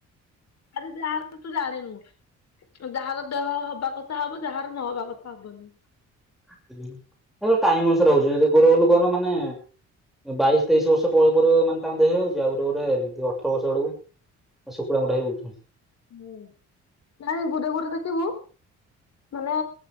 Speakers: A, on the left; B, in the centre.
A: ଆରେ ଯାହାର ତୁ ଜାଣିନୁ ଯାହାର ଦେହ ହବ ବା କଥା ହବ ଯାହାର ନହବା କଥା ହବନି।
B: ସବୁ ଟାଇମ ଅନୁସାରେ ହଉଛି ଯ ଗୋର
A: ହୁଁ।
B: ଲୋକର ମାନେ- ବାଇଶ ତେଇଶି ବର୍ଷ ପରେ ପରେ ମାନେ ତାଙ୍କ ଦେହ ହଉଛି ଆଉ ଗୋଟେ ଏମତି ଅଠର ବର୍ଷ ବେଳକୁ। ଶୁକୁଡ଼ା ମୁୁଠା ବୁ-
A: ହୁଁ ନା ଗୁଟେ ଘୁରେ ଦେଖିବୁ ମାନେ